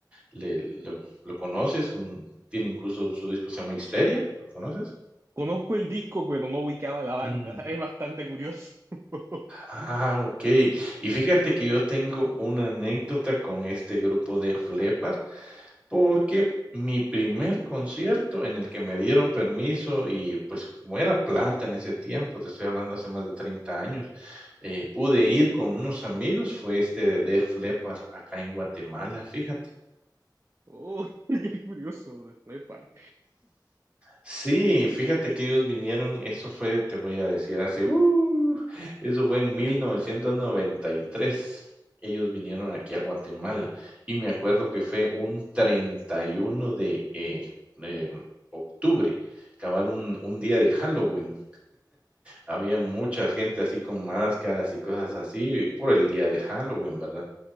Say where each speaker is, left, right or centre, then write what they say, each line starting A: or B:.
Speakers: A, on the right; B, on the right.
A: le lo lo conoces, un tiene incluso su disco que se llama Histeria, ¿lo conoces?
B: Conozco el disco, pero no ubicaba la banda.
A: Mm.
B: Es bastante curioso. <laughs>
A: Ah, okey. Y fíjate que yo tengo una anécdota con este grupo de Leppard, porque mi primer concierto en el que me dieron permiso y, pues, como era plata en ese tiempo, te estoy hablando hace más de 30 años, eh, pude ir con unos amigos, fue este de Def Leppard acá en Guatemala, fíjate.
B: Oh, <laughs> qué curioso, de flepa.
A: Sí, fíjate que ellos vinieron, eso fue, te voy a decir, hace, uh, eso fue en 1993. Ellos vinieron aquí a Guatemala y me acuerdo que fue un 31 de eh, em, octubre, cabal un, un día de Halloween. Había mucha gente así con máscaras y cosas así por el día de Halloween, ¿verdad?